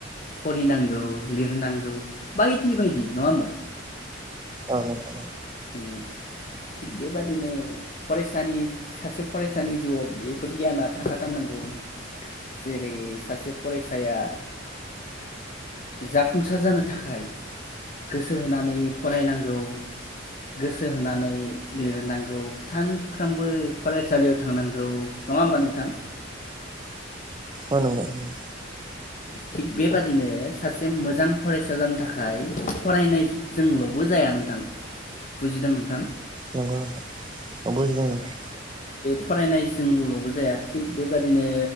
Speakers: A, on the left; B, on the right.
A: फरि नांगौ लिरनांगौ बायदि बायदि नङा होमबा?
B: औ नोंथां
A: ओम थिग बेबादिनो फरायसानि सासे फरायसानि जिउआव बेफोर गियाना थाखाथारनांगौ जे बे सासे फरायसाया जाफुंसार जानो थाखाय गोसो होनानै फरायनांगौ गोसो होनानै लिरनांगौ सानफ्रोमबो फरायसालियाव थांनांगौ नङा होमबा नोंथां?
B: औ नंगौ नंगौ
A: थिग बेबादिनो सासे मोजां फरायसा जानो थाखाय फरायनाय जोंल'बो जाया नोंथां बुजिदों नोंथां
B: नगौ नोंथां बुजिदों नोंथां।
A: फरायनायजोंबोल'बो जाया थिग बेबादिनो